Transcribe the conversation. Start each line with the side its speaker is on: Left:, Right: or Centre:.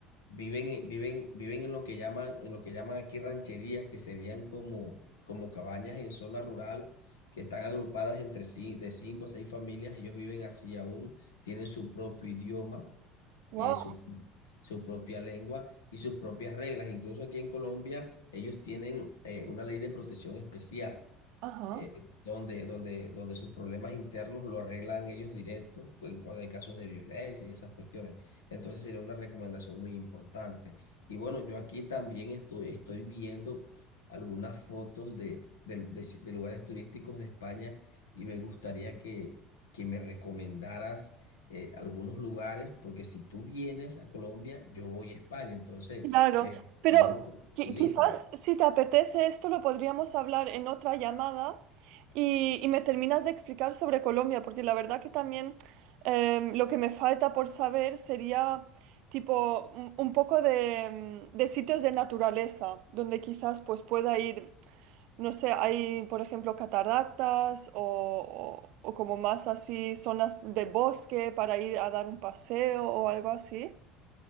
Left: viven, en- viven, viven en lo que llaman, en lo que llaman aquí rancherías, que serían como, como cabañas en zona rural, que están agrupadas entre sí, de cinco a seis familias, ellos viven así aún, tienen su propio idioma,
Right: Wow.
Left: eh, su, su propia lengua y sus propias reglas. Incluso aquí en Colombia, ellos tienen eh, una ley de protección especial
Right: Ajá.
Left: eh, donde, donde, donde sus problemas internos lo arreglan ellos directo en cuando hay casos de violencia y esas cuestiones. Entonces sería una recomendación muy importante. Y bueno, yo aquí también estoy, estoy viendo algunas fotos de, de, de si- de lugares turísticos de España y me gustaría que, que me recomendaras eh, algunos lugares, porque si tú vienes a Colombia, yo voy a España. Entonces,
Right: Claro,
Left: eh,
Right: pero
Left: por favor, contextualízame.
Right: qui- quizás si te apetece esto lo podríamos hablar en otra llamada y, y me terminas de explicar sobre Colombia, porque la verdad que también em, lo que me falta por saber sería tipo un, un poco de, em, de sitios de naturaleza, donde quizás pues pueda ir, no sé, hay por ejemplo cataratas o, o o como más así zonas de bosque para ir a dar un paseo o algo así.